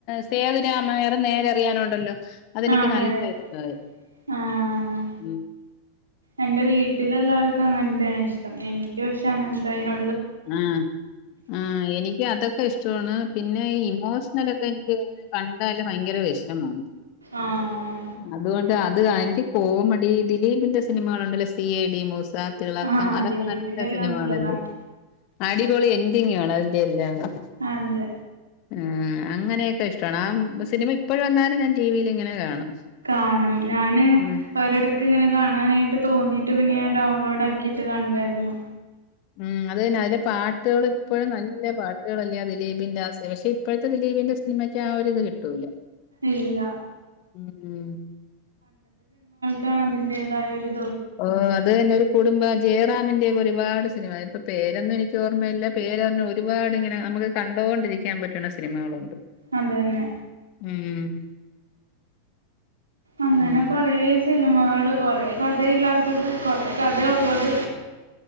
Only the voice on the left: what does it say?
സേതുരാമയ്യ്റ് നേരെ അറിയാനുണ്ടല്ലോ അതെനിക്ക്
നല്ല ഇഷ്ട്ടാ യി
ആ ആ എനിക്ക് അതൊ ക്കെ ഇഷ്ടണ് പിന്നെ ഈ ഇമോഷണലൊക്കെ എനിക്കി കണ്ടാല് ഭയങ്കര വെഷമം.
അതുകൊൺ അത് ആ എനിക്ക് കോമഡി ദിലീപിന്റെ സിനിമകൾണ്ടല്ലോ സി ഐ ഡി മൂസ് <unintelligible> തിളക്കം
അതക്കെ
നല്ല
സിനിമകളല്ലേ?
അടിപൊളി എന്റിങ്ങാണ് അതിന്റെ എല്ലാംന്നു
ആ അങ്ങനെയൊക്കെ ഇഷ്ടണ് ആ സിനിമ ഇപ്പഴ് വന്നാലും ഞാൻ ടിവില് ഇങ്ങനെ കാണും.
ഉം
ഉം അത് തന്നെ അത് ലെ പാട്ട്കള് ഇപ്പഴും നല്ല പാട്ട്കളല് <unintelligible> ദിലീപിന്റെ ആ സെ ഷെ ഇപ്പഴത്തെ ദിലീപിന്റെ സിനിമയ്ക്ക് ആ ഒരിത് കിട്ടൂല്ല.
മ്
ഓ അത് തന്നോരു. കുടുംബ ജയറാമിന്റെയൊര് ഒരുപാട് സിനിമ ഇപ്പൊ പേരന്നും എനിക്ക് ഓർമ്മയില്ല പേരറ്ഞ്ഞ് ഒരുപാടി ങ്ങനെ നമുക്ക് കണ്ടോണ്ടിരിക്കാൻ പറ്റണ സിനിമകളുണ്ട്.
ഉം
ഉം